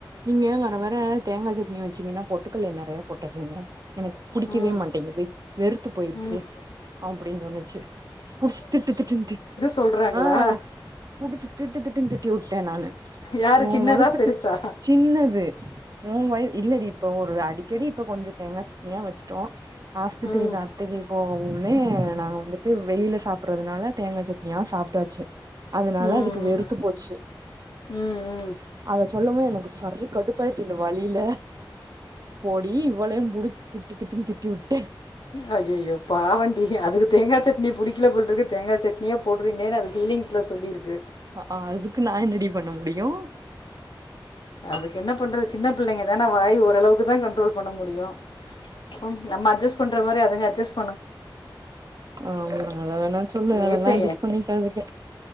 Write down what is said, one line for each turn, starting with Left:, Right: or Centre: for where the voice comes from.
Right: நீங்க வர வர தேங்கா சட்னி வச்சீங்கன்னா பொட்டுக்கல்ல நெறையா போட்டறீங்க எனக்கு புடிக்கவே
Left: ம்
Right: மாட்டேங்குது வெறுத்து போயிருச்சு
Left: ம்
Right: அப்டின்னு சொன்னுச்சு புடிச் திட்டு திட்டுன்னு திட்
Left: சொல்றாங்களா
Right: ஆ புடிச்சு திட்டு திட்டுன் திட்டி வுட்டே நானு
Left: யார்
Right: ஒ
Left: சின்னதா
Right: வயசுக்கு
Left: பெருசா
Right: சின்னது ஓ வய இல்லடி இப்ப ஒரு அடி க்கெடி இப்ப கொஞ்சொ தேங்கா சட்னியா வச்சுட்டோ ஆஸ்பத்திரிக்கு
Left: ம்
Right: அத்தைக்கு போகனுனே நாங்க வந்து து வெளில சாப்டறதுனால தேங்கா சட்னியா சாப்டாச்சு அதனால
Left: ம்
Right: அதுக்கு வெறுத்து போச்சு
Left: ம் ம்
Right: அத சொல்லவு எனக்கு சரி கடுப்பாயிடுச்சு இந்த வலியில போடி இவ்வளே புடிச்சு திட் டு திட்டுன் திட்டி வுட்
Left: ஐயயோ பாவண்டி அதுக்கு தேங்கா சட்னி புடிக்கல போல்ருக்கு தேங்கா சட் னியே போடுறீங்கன்னு அது ஃபீலிங்ஸ்ல சொல்லிருக்கு
Right: அ ஆ அதுக்கு நா என்னடி பண்ண முடியு
Left: அதுக்கு என்ன பண்றது சின்ன பிள்ளைங்க தானா வாய் ஓரளவுக்குதா கன்ட்ரோல் பண்ண முடியு பம் நம்ம அட்ஜஸ் பண்ற மாரி அதுங்க அட்ஜஸ்
Right: ஆமா அத வேணா சொல்லு
Left: நேற்று
Right: அதெல்லா அட்ஜஸ் பண்ணிக்காதுக்க